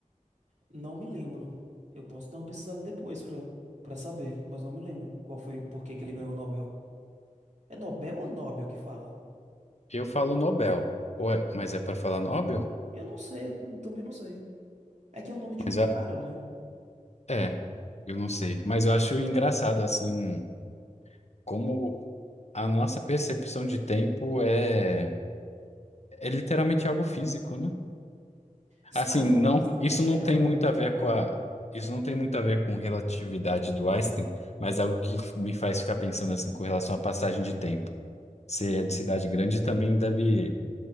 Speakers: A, on the right; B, on the left.
A: Não me lembro. Eu posso dar uma pesquisada depois pra para saber, mas não me lembro qual foi, por que que ele ganhou o Nobel. É Nobel ou Nobel que fala?
B: Eu falo Nobel, ou é- mas é para falar Nobel?
A: Eu não sei, eu também não sei. É que é o nome de
B: Mas
A: um cara,
B: é,
A: né?
B: é, eu não sei. Mas eu acho engraçado, assim, como a nossa percepção de tempo é, é literalmente algo físico, né?
A: Se-
B: Assim,
A: A
B: não,
A: física
B: isso
A: em geral
B: não tem
A: é
B: muito
A: muito
B: a ver
A: legal.
B: com a, isso não tem muito a ver com relatividade do Einstein, mas algo que me faz ficar pensando, assim, com relação à passagem de tempo. Você é de cidade grande e também deve.